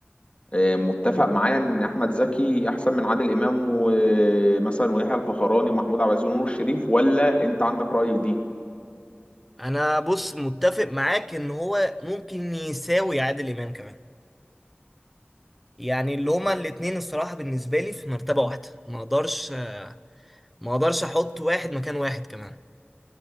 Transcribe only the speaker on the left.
آه، متفق معايا ان احمد زكي احسن من عادل امام ومثلا ويحيى الفخراني ومحمود عبد العزيز ونور الشريف ولا انت عندك راي في دي